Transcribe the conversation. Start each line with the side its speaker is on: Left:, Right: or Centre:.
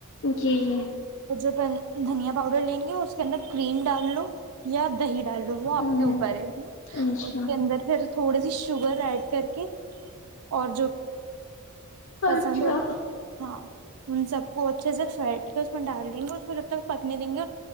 Left: جی جی
Right: اور ج دھنیا پاؤڈر لیں گے اس کے اندر کریم ڈال لو یا دہی ڈال لو وہ آپ
Left: ہ
Right: کے اوپر ہے
Left: اچھا
Right: اس کے اندر پھر تھوڑی سی شوگر ایڈ کر کے اور پسند
Left: اچھا
Right: ہو ہاں ہ سک اچھے سے پھیٹ کے اس میں ڈال دیں گے اس کو جب تک پکنے دیں گے